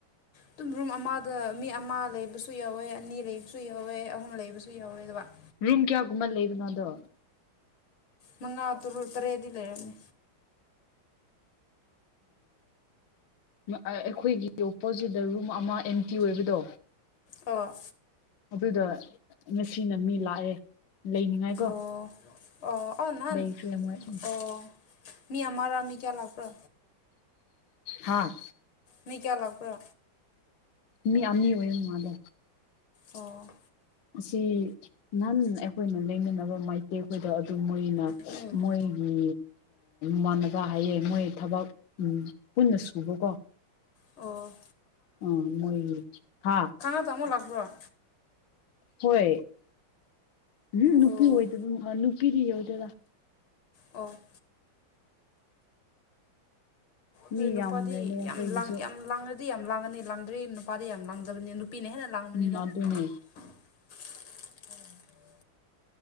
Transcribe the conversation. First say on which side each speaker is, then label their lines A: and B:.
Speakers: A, on the left; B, on the left.
A: ꯇꯨꯝꯕꯨꯝ ꯑꯃ ꯑ ꯃꯤ ꯑꯃ ꯂꯩꯕꯁꯨ ꯌꯥꯎꯋꯦ ꯑꯅꯤ ꯂꯩꯕꯁꯨ ꯌꯥꯎꯋꯦ ꯑꯍꯨꯝ ꯂꯩꯕꯁꯨ ꯌꯥꯎꯋꯦ ꯑꯗꯨꯒꯗ
B: ꯔꯨꯝ ꯀꯌꯥꯒꯨꯝꯕ ꯂꯩꯕꯅꯣꯗꯣ
A: ꯃꯉꯥ ꯇꯨ ꯇꯔꯦꯠꯗꯤ ꯂꯩꯔꯝꯃꯦ
B: ꯎ ꯑꯩꯈꯣꯏꯒꯤ ꯑꯣꯄꯣꯖꯤꯠꯇ ꯔꯨꯝ ꯑꯃ ꯑꯦꯝꯇꯤ ꯑꯣꯏꯕꯗꯣ
A: ꯑ
B: ꯑꯗꯨꯗ ꯉꯁꯤꯅ ꯃꯤ ꯂꯥꯛꯑꯦ ꯂꯩꯅꯤꯉꯥꯏ
A: ꯑꯣ ꯑꯣ ꯑꯥꯎ ꯅꯍꯥꯟ
B: ꯂꯩꯈ꯭ꯔꯦ ꯃꯣꯏ
A: ꯑꯣ ꯃꯤ ꯑꯃꯔꯥ ꯃꯤ ꯀꯌꯥ ꯂꯥꯛꯄ꯭ꯔꯣ
B: ꯍꯥꯥ
A: ꯃꯤ ꯀꯌꯥ ꯂꯥꯛꯄ꯭ꯔꯣ
B: ꯃꯤ ꯑꯃꯅꯤ ꯑꯣꯏꯌꯦꯨꯝ ꯃꯥꯗ
A: ꯑꯣ
B: ꯑꯁꯤ ꯅꯍꯟ ꯑꯩꯈꯣꯏꯅ ꯂꯩꯅꯅꯕ ꯃꯥꯏꯇꯩꯈꯣꯏꯗ ꯑꯗꯨ ꯃꯣꯏ ꯑꯣꯏꯅ
A: ꯎꯝ
B: ꯃꯣꯏꯒꯤ ꯃꯥꯟꯅꯕ ꯍꯥꯏꯌꯦꯦ ꯃꯣꯏ ꯊꯕꯛ ꯄꯨꯟꯅ ꯁꯨꯕꯀꯣ
A: ꯑꯣ
B: ꯎꯝ ꯃ ꯍꯥꯥ
A: ꯇꯃꯣ ꯂꯥꯛ꯭ꯔ
B: ꯍꯣꯏ ꯎꯝ ꯅꯨꯄꯤ
A: ꯑꯣ
B: ꯑꯣꯏꯗꯕ ꯅꯨꯄꯤꯗꯤ ꯑꯣꯏꯗꯣꯏꯔꯥ
A: ꯑꯣ ꯍꯣꯏ
B: ꯃꯤ
A: ꯅꯨꯄꯥꯗꯤ
B: ꯌꯥꯝꯈ꯭ꯔꯦꯅꯦ ꯑꯩꯈꯣꯏꯒꯤꯁꯨ
A: ꯌꯥꯝ ꯂꯥꯡ ꯌꯥꯝ ꯂꯥꯡꯉꯗꯤ ꯌꯥꯝ ꯂꯥꯡꯉꯅꯤ ꯂꯥꯡꯗ꯭ꯔꯤ ꯅꯨꯄꯥꯗꯤ ꯌꯥꯝ ꯂꯥꯡꯗꯕꯅꯤ ꯅꯨ ꯅꯤꯅ ꯂꯥꯡꯅ
B: ꯎꯝ ꯑꯗꯨ ꯑꯗꯨꯅꯦ
A: ꯑ